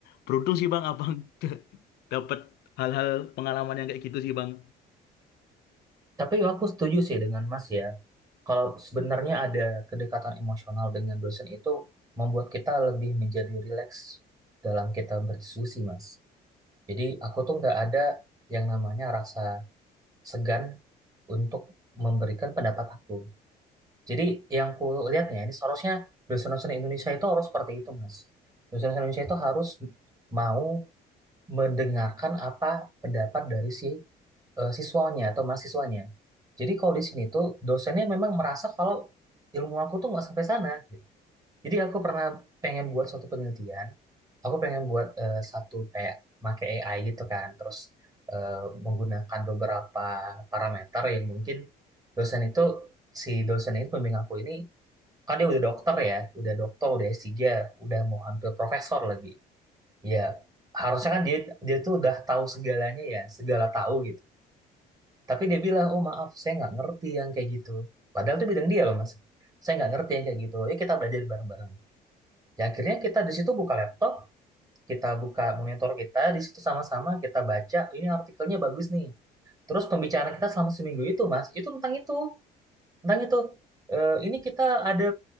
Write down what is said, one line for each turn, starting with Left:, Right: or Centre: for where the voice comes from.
Left: Beruntung sih bang abang <laughs> dapat hal-hal pengalaman yang kayak gitu sih bang.
Right: tapi aku setuju sih dengan mas ya kalau sebenarnya ada kedekatan emosional dengan dosen itu membuat kita lebih menjadi rileks dalam kita berdiskusi mas Jadi aku tuh nggak ada yang namanya rasa segan untuk memberikan pendapat aku. Jadi yang ku lihatnya ini seharusnya dosen-dosen Indonesia itu harus seperti itu, Mas. Dosen-dosen Indonesia itu harus mau mendengarkan apa pendapat dari si eh, siswanya atau mahasiswanya. Jadi kalau di sini tuh dosennya memang merasa kalau ilmu aku tuh nggak sampai sana. gitu. Jadi aku pernah pengen buat suatu penelitian. Aku pengen buat eh, satu kayak make AI gitu kan. Terus eh, menggunakan beberapa parameter yang mungkin dosen itu si dosen itu pembimbing aku ini kan dia udah dokter ya, udah dokter, udah S3, udah mau hampir profesor lagi. Ya harusnya kan dia dia tuh udah tahu segalanya ya, segala tahu gitu. Tapi dia bilang, oh maaf, saya nggak ngerti yang kayak gitu. Padahal itu bidang dia loh mas. Saya nggak ngerti yang kayak gitu. Ya kita belajar bareng-bareng. Ya akhirnya kita di situ buka laptop, kita buka monitor kita, di situ sama-sama kita baca, ini artikelnya bagus nih. Terus pembicaraan kita selama seminggu itu, Mas, itu tentang itu, tentang itu. Eh, ini kita ada